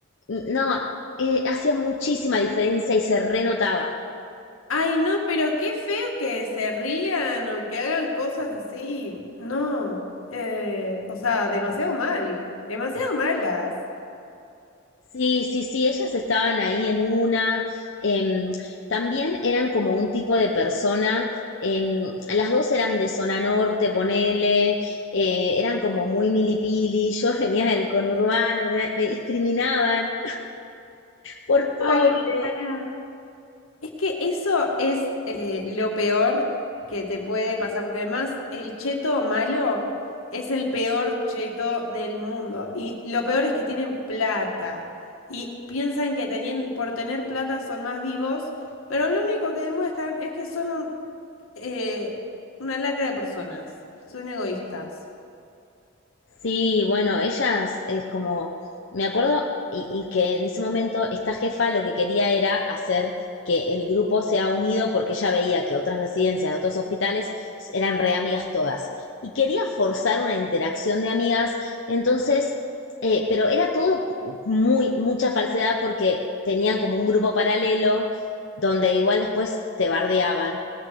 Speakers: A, on the left; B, on the left.
A: no, eh, hacía muchísima diferencia y se renotaba.
B: Ay, no, pero qué feo que se rían o que hagan cosas así. No, eh, o sea, demasiado mal, demasiado malas.
A: Sí, sí, sí, ellas estaban ahí en una. em, también eran como un tipo de persona. em, las dos eran de zona norte, ponele, eh, eran como muy milipili. Yo <laughs> venía del conurbano, me, me discriminaban por pobre.
B: Ay, para. Es que eso es eh, lo peor que te puede pasar, porque además el cheto malo es el peor cheto del mundo. Y lo peor es que tienen plata y piensan que tenien- por tener plata son más vivos, pero lo único que demuestran es que son un eh, una lacra de personas, son egoístas.
A: Sí, bueno, ellas es como, me acuerdo y, y que en ese momento esta jefa lo que quería era hacer que el grupo sea unido porque ella veía que otras residencias de otros hospitales eran re amigas todas y quería forzar una interacción de amigas, entonces, eh, pero era todo muy, mucha falsedad porque tenían como un grupo paralelo donde igual después te bardeaban.